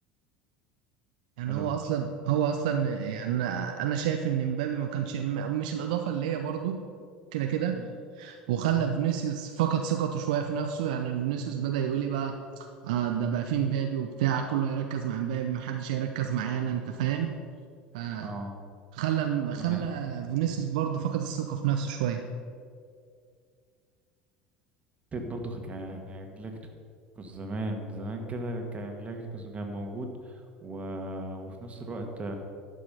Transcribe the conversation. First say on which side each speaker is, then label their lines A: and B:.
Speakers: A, on the right (about 65°); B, on the right (about 25°).
A: يعني
B: الو
A: هو اصلا هو اصلا يعني انا أنا شايف ان مبابي ما كانش م- مش الاضافه اللي هي برضو كده كده
B: مم.
A: وخلى فينيسيوس فقد ثقته شويه في نفسه يعني فينيسيوس بدا يقول لي بقى آه ده بقى فيه مبابي وبتاع كله يركز مع مبابي ما حدش هيركز معانا انت فاهم فخلى
B: اه
A: خلى
B: ما انا
A: فينيسيوس برضو فقد الثقه في نفسه شويه
B: فكرة برضه كجلاكتيكوس زمان زمان كده كان جلاكتيكوس كان موجود و... وفي نفس الوقت